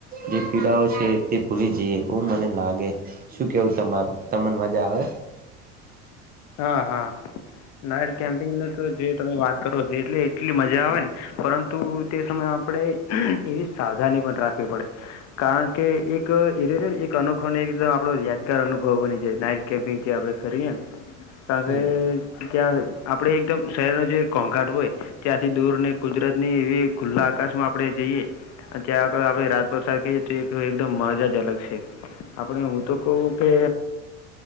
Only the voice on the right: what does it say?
જે પીડાઓ છે તે ભૂલી જઈએ એવું મને લાગે શું કેવું તમારું તમને મજા આવે
હમ